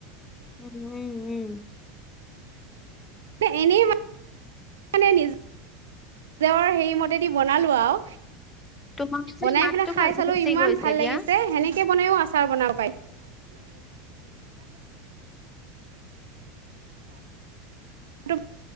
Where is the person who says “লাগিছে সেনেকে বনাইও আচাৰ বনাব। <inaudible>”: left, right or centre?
Right